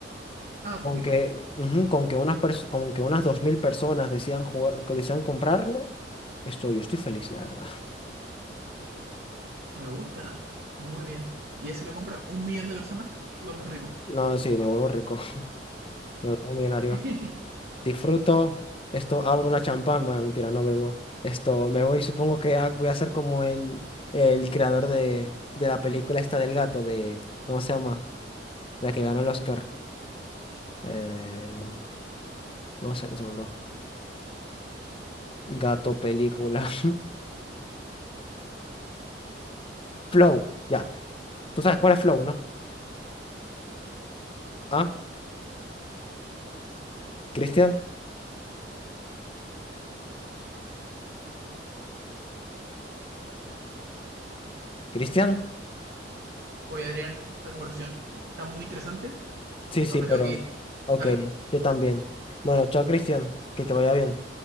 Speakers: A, on the right (about 60°); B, on the left (about 30°).
A: Ah, poquito.
B: Con que, ujú, con que unas pers- con que unas 2.000 personas decidan jugar, que decidan comprarlo, estoy, yo estoy feliz, la verdad. <laughs>
A: Me gusta. Muy bien. Y ese lo compra un millón de personas, vuelve rico.
B: No, sí, me vuelvo rico, <laughs> me vuelvo millonario.
A: <laughs>
B: Disfruto, esto, abro una champán, bueno, mentira, no bebo. Esto, me voy, supongo que ha- voy a ser como el, el creador de, de la película esta del gato, de, ¿cómo se llama? La que ganó el Oscar. Eh, ¿Cómo se un segundo? Gato, película. <laughs> Flow, ya. ¿Tú sabes cuál es Flow, no? ¿Ah? ¿Cristian? ¿Cristian?
A: Oye, Adrián, esta conversación está muy interesante,
B: Sí,
A: pero
B: sí,
A: me
B: pero...
A: tengo que ir.
B: Ok,
A: ¿Vale?
B: yo también. Bueno, chao, Cristian. Que te vaya bien.